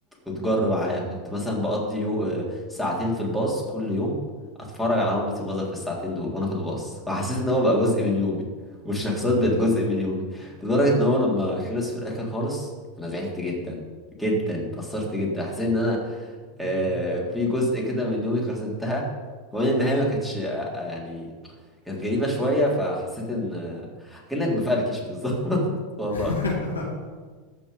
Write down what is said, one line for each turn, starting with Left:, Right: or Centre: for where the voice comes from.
Centre: وتجر معايا كنت مثلا بقضي يو... آه، ساعتين في الباص كل يوم اتفرج على هاو ميت يور في الساعتين دول وانا في الباص فحسيت ان هو بقى جزء من يومي <laughs> والشخصيات بقت
Left: أيوه
Centre: جزء من يومي لدرجة ان هو لما خلص في الاخر خالص انا زعلت جدا جدا اتأثرت جدا حسيت ان انا
Left: مم.
Centre: آه، في جزء كده من يومي خلاص انتهى وكمان النهاية ما كانتش آه، آه، يعني كانت غريبة شوية فحسيت ان آه، كأنك مفركش بالظبط <laughs> والله
Left: <laughs>